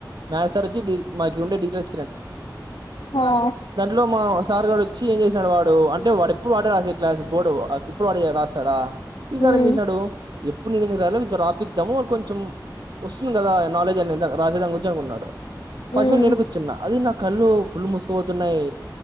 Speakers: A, on the right; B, on the left.
A: మ్యాథ్స్ సార్ వచ్చి మాకి ఉండే డిజిటల్
B: ఆ
A: ఇట్లో మా సార్ గాడు వచ్చి ఏం చేసాడు వా వాడు అంటే వాడు ఎప్పుడు వాడే రాస్తాడు క్లాస్ బోర్డు ఇప్పుడు వాడే రాస్తాడా ఈసారి
B: ఉమ్
A: ఏం చేశాడు. ఎప్పుడు నేను రాయాల సర్ రాపిద్దాము వాళ్ళ కొంచెం వస్తుంది కదా. నాలజ్ అనింద రాసే దాన్ గురించ్ గా ఉన్నాడు పస్టూవు
B: ఉమ్
A: నేను కూర్చున్నా. అది నా కళ్ళు ఫుల్ మూసుకుపోతున్నాయి.